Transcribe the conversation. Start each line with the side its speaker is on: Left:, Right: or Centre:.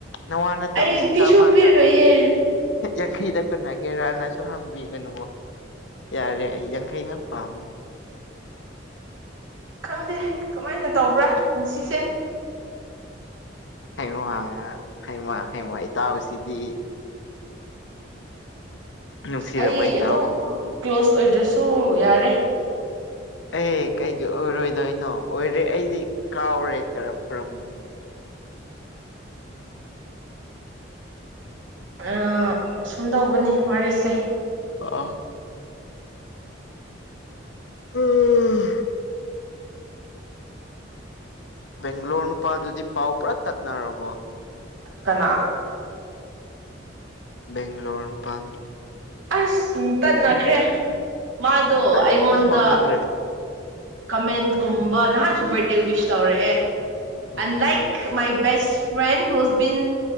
Left: ꯅꯋꯥ ꯅꯠꯇꯕꯅꯦ
Right: ꯑꯩ ꯄꯤꯁꯨ
Left: ꯆꯥꯝꯃꯒ
Right: ꯄꯤꯔꯣꯏꯌꯦ
Left: ꯌꯥꯡꯈꯩꯗ ꯀꯣꯅꯒꯦꯔꯥꯅꯁꯨ ꯍꯪꯕꯤꯒꯅꯨꯉꯣ ꯌꯥꯔꯦ ꯑꯩ ꯌꯥꯡꯈꯩ ꯉꯥꯛ ꯄꯥꯝꯃꯦ
Right: ꯈꯪꯗꯦ ꯀꯃꯥꯏꯅ ꯇꯧꯕ꯭ꯔꯥ ꯄꯨꯟꯁꯤꯁꯦ꯫
Left: ꯍꯩꯃ ꯍꯩꯃ ꯍꯩꯃ ꯏꯇꯥꯎꯁꯤꯗꯤ ꯅꯨꯡꯁꯤꯔꯕ
Right: ꯑꯩ
Left: ꯏꯇꯥꯎꯅꯤ
Right: ꯑꯗꯨꯝ ꯀ꯭ꯂꯣꯁ ꯑꯣꯏꯗ꯭ꯔꯁꯨ ꯌꯥꯔꯦ꯫
Left: ꯑꯦ ꯀꯩꯒꯤ ꯑꯣꯏꯔꯣꯏꯗꯣꯏꯅꯣ ꯑꯣꯏꯔꯦ ꯑꯩꯗꯤ ꯀꯥꯎꯔꯦ ꯀꯔꯝ ꯀꯔꯝꯕꯅꯣ꯫
Right: ꯑ ꯁꯨꯝ ꯗꯧꯕꯅꯤ ꯋꯥꯔꯤꯁꯦ
Left: <unintelligible> <unintelligible> ꯕꯦꯡꯒ꯭ꯂꯣꯔ ꯅꯨꯄꯥꯗꯨꯗꯤ ꯄꯥꯎ ꯄꯨꯔꯥ ꯇꯠꯅꯔꯕꯣ
Right: ꯀꯅꯥ
Left: ꯕꯦꯡꯒ꯭ꯂꯣꯔ ꯅꯨꯄꯥꯥꯗꯣ
Right: ꯑꯁ ꯌꯨꯡꯇꯠꯅꯈ꯭ꯔꯦ ꯃꯥꯗꯣ
Left: ꯀꯔꯤꯁꯨ
Right: ꯑꯩꯉꯣꯟꯗ
Left: ꯐꯥꯎꯅꯗ꯭ꯔꯦ
Right: ꯀꯃꯦꯟ ꯀꯨꯝꯕ ꯅꯍꯥꯟꯁꯨ ꯕꯥꯔꯠꯗꯦ ꯋꯤꯁ ꯇꯧꯔꯛꯑꯦ
Left: ꯑꯣ
Right: ꯑꯟ like my best friend ꯍꯨꯁ been